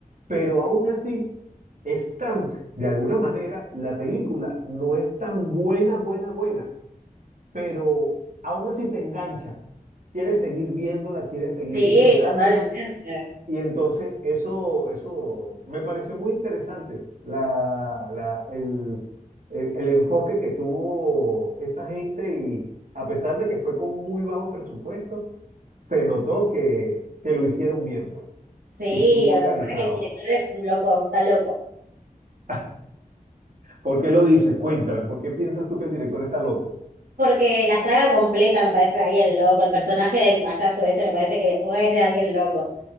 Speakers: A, on the right; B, on the right.
A: pero aún así es tan, de alguna manera, la película no es tan buena, buena, buena pero aún así te engancha, quieres seguir viéndola, quieres seguir
B: Sí,
A: disfrutándola,
B: totalmente.
A: y entonces eso, eso me pareció muy interesante, la, la- el, el- el enfoque que tuvo esa gente y a pesar de que fue con muy bajo presupuesto, se notó que, que lo hicieron bien, pues,
B: Sí,
A: y estuvo
B: aparte
A: organizado.
B: que el director es un loco, está loco.
A: <laughs> ¿Por qué lo dices? Cuéntame, ¿por qué piensas tú que el director está loco?
B: Porque la saga completa me parece de alguien loco, el personaje del payaso ese me parece que re es de alguien loco.